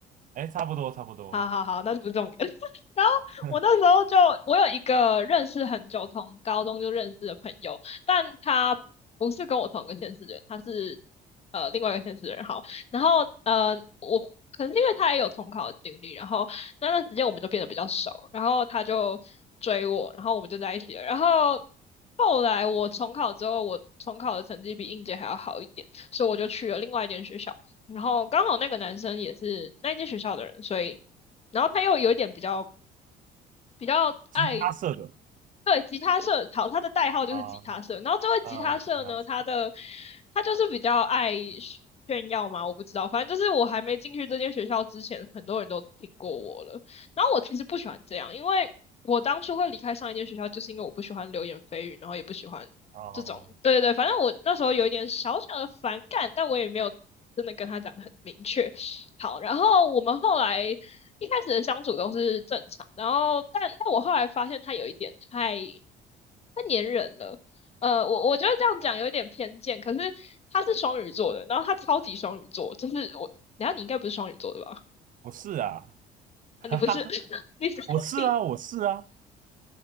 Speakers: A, on the right; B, on the left.
A: 哎，差不多差不多，
B: 好好好，那就不是重点。<laughs> 然后我那时候就，
A: <laughs>
B: 我有一个认识很久，从高中就认识的朋友，但他不是跟我同一个县市的人，他是呃另外一个县市的人。好，然后呃，我可能是因为他也有重考的经历，然后那段时间我们就变得比较熟，然后他就追我，然后我们就在一起了。然后后来我重考之后，我重考的成绩比应届还要好一点，所以我就去了另外一间学校。然后刚好那个男生也是那间学校的人，所以然后他又有一点比较比较爱
A: 吉他社的
B: 对吉他社，好，他的代号就是吉他社。
A: 啊
B: 然后这位吉他社呢，
A: 啊，吉他社
B: 他的他就是比较爱炫耀嘛，我不知道，反正就是我还没进去这间学校之前，很多人都听过我了。然后我其实不喜欢这样，因为我当初会离开上一间学校，就是因为我不喜欢流言蜚语，然后也不喜欢这种，
A: 哦，
B: 对对对，反正我那时候有一点小小的反感，但我也没有真的跟他讲的很明确。好，然后我们后来一开始的相处都是正常，然后但但我后来发现他有一点太太黏人了。呃，我我觉得这样讲有一点偏见，可是他是双鱼座的，然后他超级双鱼座，就是我，然下你应该不是双鱼座的吧？
A: 我是啊，<laughs> 哈哈，
B: 啊你不是，<laughs> 你是你，
A: 我是啊，
B: 你
A: 我是啊，